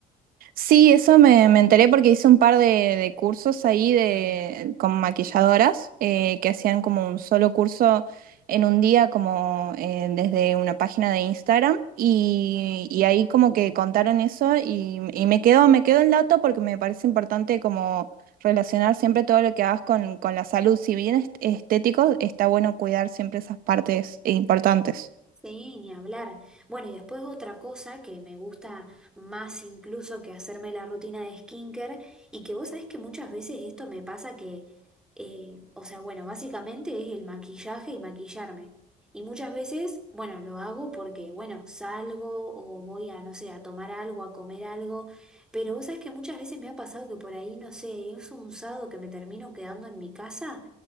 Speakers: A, on the right; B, in the centre.
A: Sí, eso me, me enteré porque hice un par de, de cursos ahí de, con maquilladoras eh, que hacían como un solo curso en un día como eh, desde una página de Instagram y, y ahí como que contaron eso y, y me quedó me quedó el dato porque me parece importante como relacionar siempre todo lo que hagas con, con la salud. Si bien est- estético, está bueno cuidar siempre esas partes importantes.
B: Sí, ni hablar. Bueno, y después otra cosa que me gusta más incluso que hacerme la rutina de skincare y que vos sabés que muchas veces esto me pasa que, eh, o sea, bueno, básicamente es el maquillaje y maquillarme. Y muchas veces, bueno, lo hago porque, bueno, salgo o voy a, no sé, a tomar algo, a comer algo, pero vos sabés que muchas veces me ha pasado que por ahí, no sé, es un sábado que me termino quedando en mi casa.